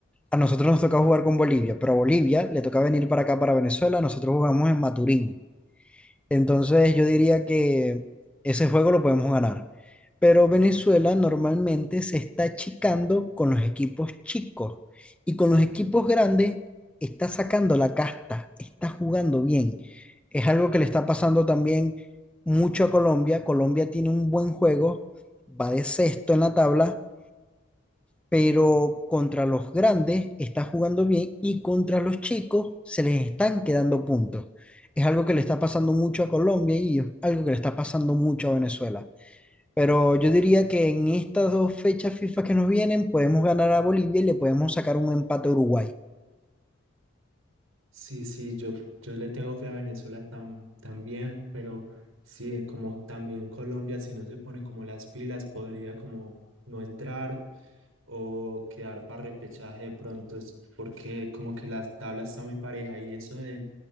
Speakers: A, in the centre; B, on the right (about 80°).
A: a nosotros nos toca jugar con Bolivia, pero a Bolivia le toca venir para acá, para Venezuela. Nosotros jugamos en Maturín. Entonces yo diría que ese juego lo podemos ganar. Pero Venezuela normalmente se está achicando con los equipos chicos y con los equipos grandes está sacando la casta, está jugando bien. Es algo que le está pasando también mucho a Colombia. Colombia tiene un buen juego, va de sexto en la tabla pero contra los grandes está jugando bien y contra los chicos se les están quedando puntos. Es algo que le está pasando mucho a Colombia y es algo que le está pasando mucho a Venezuela. Pero yo diría que en estas dos fechas FIFA que nos vienen podemos ganar a Bolivia y le podemos sacar un empate a Uruguay.
B: Sí, sí, yo, yo le tengo fe a Venezuela tam- también, pero sí, como también Colombia, si no se pone como las pilas, podría como no entrar o quedar para repechaje de pronto, es porque como que las tablas están muy pareja y eso de,